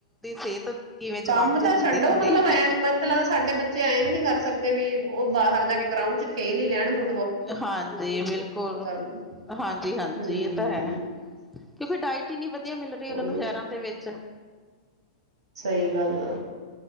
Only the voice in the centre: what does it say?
ਸਿਹਤ ਕਿਵੇਂ ਜਵਾਬ
ਜਿਹਾ
ਦਿੰਦੀ
ਹੁੰਦੀ
ਹੈ।
ਹਾਂਜੀ ਬਿਲਕੁਲ,
ਹਾਂਜੀ ਹਾਂਜੀ
ਇਹ ਤਾਂ ਏ ਕਿਉਂਕਿ ਡਾਇਟ ਕਿੰਨੀ ਵਧੀਆ ਵਧੀਆ ਮਿਲ ਰਹੀ ਏ ਉਹਨਾਂ
ਨੂੰ ਸ਼ਹਿਰਾਂ ਦੇ ਵਿੱਚ।